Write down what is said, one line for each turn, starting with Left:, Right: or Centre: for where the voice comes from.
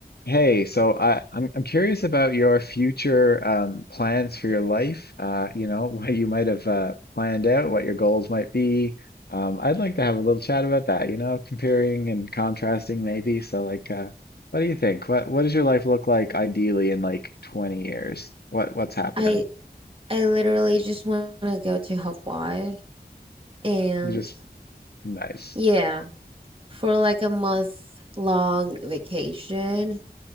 Left: Hey, so I, I'm I'm curious about your future um, plans for your life. Uh, you know, <laughs> what you might have uh, planned out, what your goals might be. Um, I'd like to have a little chat about that. You know, comparing and contrasting maybe. So, like, uh, what do you think? What what does your life look like ideally in like 20 years? What what's happening?
Right: I I literally just want to go to Hawaii and
Left: You just nice.
Right: yeah, for like a month long vacation